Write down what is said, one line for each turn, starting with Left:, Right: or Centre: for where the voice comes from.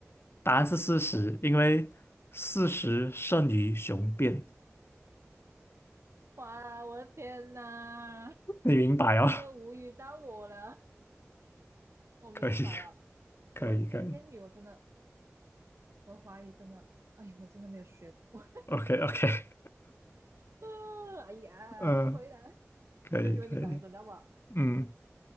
Left: 答案是事实，因为事实胜于雄辩，
Right: 哇，我的天呐，
Left: 你明白哦？
Right: 真的无语到我了。
Left: <laughs>
Right: 我明白啊，
Left: 可以，可以，
Right: 我这个烟语我真的，
Left: 可以
Right: 我怀疑真的，哎呀，我真的没有学过。
Left: ，OK，OK，
Right: 啊哎呀，
Left: 嗯，
Right: 不会啦，
Left: 可以，
Right: 有机会你来，
Left: 可以，
Right: 等到我。
Left: 嗯，